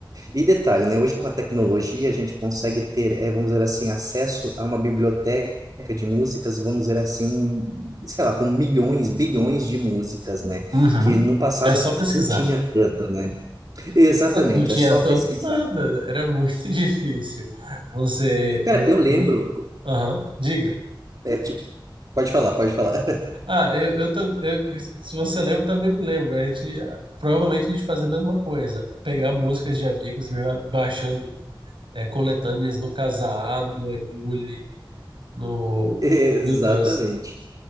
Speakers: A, on the right; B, on the right.
A: E detalhe, né? Hoje com a tecnologia a gente consegue ter, eh, vamos dizer assim, acesso a uma biblioteca de músicas, vamos dizer assim, sei lá, com milhões, bilhões de músicas, né?
B: Uhum.
A: Que no passado
B: É só
A: a gente
B: pesquisar.
A: não tinha tanto, né? Exatamente,
B: Não não tinha
A: é só
B: tanto
A: pesquisar.
B: nada, era muito <laughs> difícil. Você,
A: Cara,
B: eu,
A: eu lembro,
B: eu, aham, diga.
A: é, tipo, pode falar, pode falar. <laughs>
B: Ah, eu, eu, tam- eu- se você lembra, também me lembro. A gente ah, provavelmente a gente fazia a mesma coisa, pegar músicas de amigos e ir baixando é, coletâneas no Kazaa, no Emule, no
A: Exatamente.
B: meu Deus,